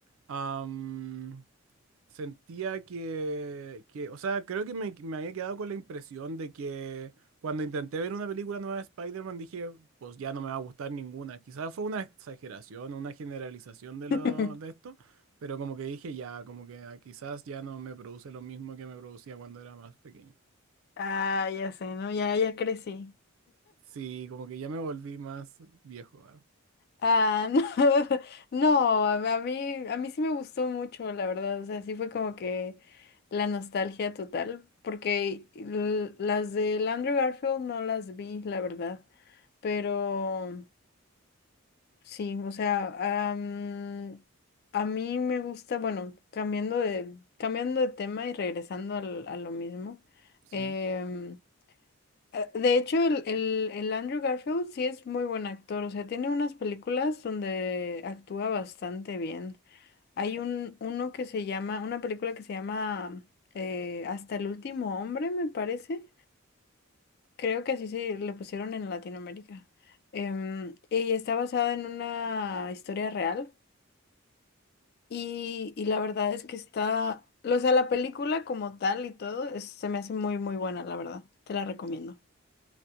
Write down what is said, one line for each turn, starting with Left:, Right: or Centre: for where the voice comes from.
Right: am, Sentía que, que, o sea, creo que me, me había quedado con la impresión de que cuando intenté ver una película nueva de Spider-Man dije, pues ya no me va a gustar ninguna. Quizás fue una exageración, una generalización de lo,
Left: <laughs>
Right: de esto, pero como que dije ya, como que ah, quizás ya no me produce lo mismo que me producía cuando era más pequeño.
Left: Ah, ya sé, ¿no? Ya, ya crecí.
Right: Sí, como que ya me volví más viejo, ah,
Left: Ah, no, <laughs> no, a a mí, a mí sí me gustó mucho, la verdad. O sea, sí fue como que la nostalgia total, porque l- las de Andrew Garfield no las vi, la verdad. Pero Sí, o sea, am, a mí me gusta, bueno, cambiando de, cambiando de tema y regresando al- a lo mismo.
Right: Sí.
Left: em, eh, de hecho, el, el, el Andrew Garfield sí es muy buen actor, o sea, tiene unas películas donde actúa bastante bien. Hay un, uno que se llama, una película que se llama eh, Hasta el último hombre, me parece. Creo que así sí le pusieron en Latinoamérica. Em, y está basada en una historia real. Y, y la verdad es que está, o sea, la película como tal y todo, es- se me hace muy, muy buena, la verdad. Te la recomiendo.